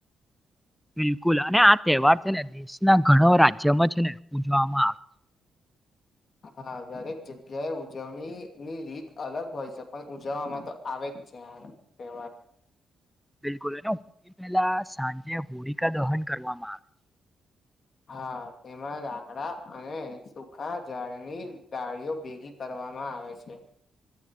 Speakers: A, in the centre; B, on the left (about 50°).
A: <inaudible> બિલકુલ અને આ તહેવાર છે ને દેશના ઘણ રાજ્યમાં છે ને પૂજવામાં આવે છે.
B: હા દરેક જગ્યાએ ઉજવણી ની રીત અલગ હોય છે પણ ઉજવવામાં તો આવે જ. છે આ તહેવાર.
A: <inaudible> બિ પેલા સાંજે હોળિકા દહન કરવામાં આવે છે.
B: હા તેમાં લાકડા અને સુખા ઝાળની ડાળીઓ ભેગી કરવા વામાં આવે છે.